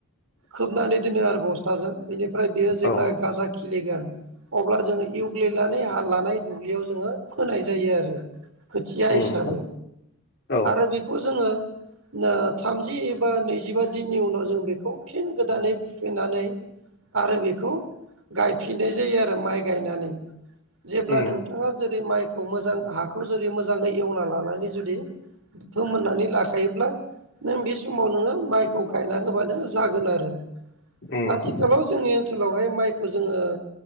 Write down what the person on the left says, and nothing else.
औ
उम
औ
उम
उम